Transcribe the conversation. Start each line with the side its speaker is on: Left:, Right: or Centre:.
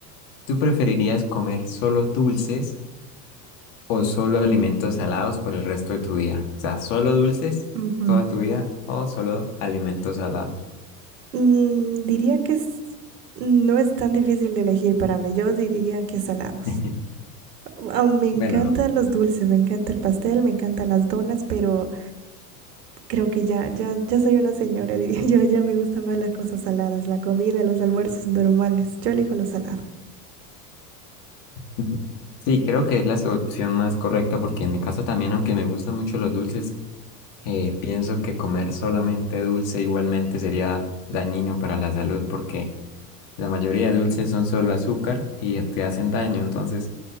Left: ¿tú preferirías comer solo dulces o solo alimentos salados por el resto de tu vida? O sea, solo dulces
Right: Ujú.
Left: toda tu vida o solo alimentos salados.
Right: Mm, diría que es- no es tan difícil de elegir para mí. Yo diría que salados.
Left: <laughs>
Right: Ah, me encantan
Left: Bueno,
Right: los dulces, me encanta el pastel, me encantan las donas, pero Creo que ya, ya, ya soy una señora, <laughs> diría yo. Ya me gustan más las cosas saladas, la comida, los almuerzos normales. Yo elijo lo salado.
Left: <laughs> sí, creo que es la solución más correcta porque en mi caso también, aunque me gustan mucho los dulces, eh, pienso que comer solamente dulce igualmente sería dañino para la salud porque la mayoría de dulces son solo azúcar y te hacen daño, entonces